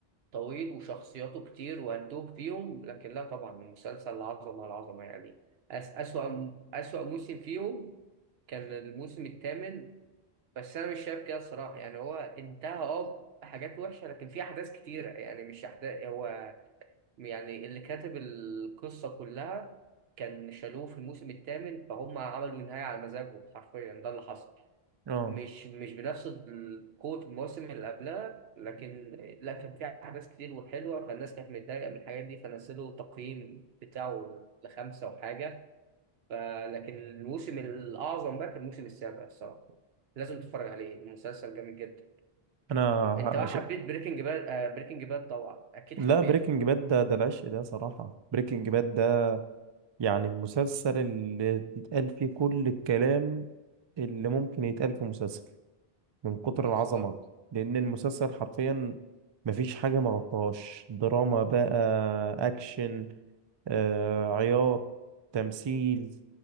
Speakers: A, on the right; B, on the right.
A: طويل وشخصياته كتير وهتوه فيهم لكن لا طبعا مسلسل عظمة على عظمة يعني أس أسوأ أسوأ موسم فيهم كان الموسم الثامن بس أنا مش شايف كده الصراحة يعني هو انتهى اه بحاجات وحشة لكن في أحداث كتيرة يعني مش أحداث هو يعني اللي كاتب القصة كلها كان شالوه في الموسم الثامن فهم عملوا النهاية على مزاجهم حرفيا ده اللي حصل
B: آه
A: مش مش بنفس ال- قوة الموسم اللي قبلها لكن لا كان فيها أحداث كتير وحلوة فالناس كانت متضايقة من الحاجات دي فنزلوا تقييم بتاعه لخمسة وحاجة فلكن الموسم الأعظم بقى كان الموسم السابع الصراحة لازم تتفرج عليه المسلسل جامد جدا
B: أنا هقش...
A: أنت بقى حبيت بريكنج باد بريكنج باد طبعا أكيد
B: لا
A: حبيته
B: بريكنج باد ده ده العشق ده صراحة بريكنج باد ده يعني المسلسل اللي يتقال فيه كل الكلام اللي ممكن يتقال في مسلسل من كتر
A: بالظبط
B: العظمة لأن المسلسل حرفيا مفيش حاجة ما غطاهاش دراما بقى أكشن آه، عياط تمثيل